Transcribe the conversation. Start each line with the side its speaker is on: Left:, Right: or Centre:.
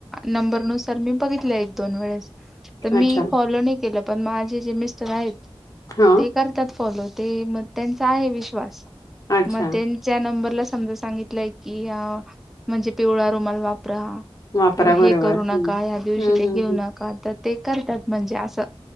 Centre: नंबरनुसार मी बघितलं एक दोन वेळेस तर मी
Left: अच्छा
Centre: फॉलो नाही केलं. पण माझे जे मिस्टर आहेत,
Left: हा
Centre: ते करतात फॉलो ते मग त्यांचा आहे विश्वास.
Left: अच्छा
Centre: मग त्यांच्या नंबरला समजा सांगितलंय की अ म्हणजे, पिवळा रुमाल वाप परा
Left: वापरा
Centre: किंवा
Left: बरोबर
Centre: हे करू
Left: हम्म
Centre: नका, या दिवशी
Left: हम्म
Centre: ते
Left: हम्म
Centre: घेऊ
Left: हम्
Centre: एका तर ते करतात, म्हणजे असं